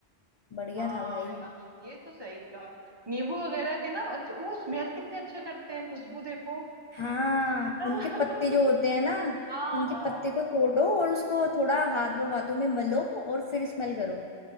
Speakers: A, on the left (about 40°); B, on the right (about 25°).
A: बढ़िया
B: हाँ
A: था भाई
B: यार ये तो सही कहा नींबू वगैरह के ना अच्छा वो स्मेल कितने अच्छे करते हैं खुशबू देखो
A: हाँ
B: <laughs>
A: उनके पत्ते जो होते हैं ना
B: हाँ
A: उनके पत्ते को तोड़ो और उसको थोड़ा हाथों हाथों में मलो और फिर स्मेल करो